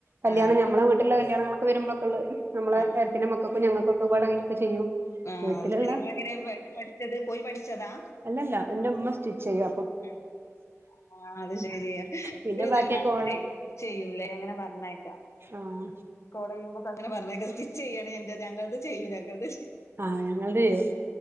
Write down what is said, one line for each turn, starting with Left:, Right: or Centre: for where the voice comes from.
Right: കല്യാണം
Left: ആ
Right: നമ്മെളെ വീട്ടില കല്യാണങ്ങളൊക്കെ വരുമ്പോഴൊക്കെള്ളത് നമ്മള്
Left: ആ
Right: എട്ടത്തിന്റെ മക്കക്കും ഞങ്ങക്കൊക്കെപാടക്കെ ചെയ്യും
Left: ആഹ
Right: വീട്ടിലുള്ള
Left: അത് ശെരി നിങ്ങള എങ്ങനെ പഠിച്ചത് പോയി പഠിച്ചതാ
Right: അല്ലഅല്ല എന്റെ ഉമ്മ സ്റ്റിച്ച് ചെയ്യ
Left: ആ ആ അത് ശരി
Right: പിന്നെ
Left: ഒരു വിതെല്ലാരും
Right: ബാക്കിയൊക്കെ
Left: ചെയ്യു ചെയ്യൂല്ലേ അങ്ങനെ പറഞ്ഞേക്കാ
Right: ആഹ
Left: കോള ചെയ്യുമ്പോക്ക അങ്ങനെ പറഞ്ഞക്കെ സ്റ്റിച്ച് ചെയ്യയാണ് എന്റെ ഞങ്ങളൾത് ചെയ്യും ഞങ്ങത്
Right: ആഹ് ഞങ്ങത് ചെയ്യ